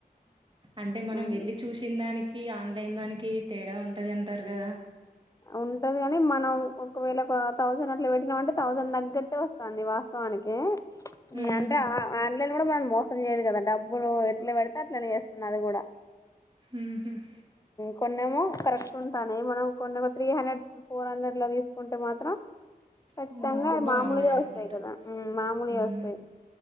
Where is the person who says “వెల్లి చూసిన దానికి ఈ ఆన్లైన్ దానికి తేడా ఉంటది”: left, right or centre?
Right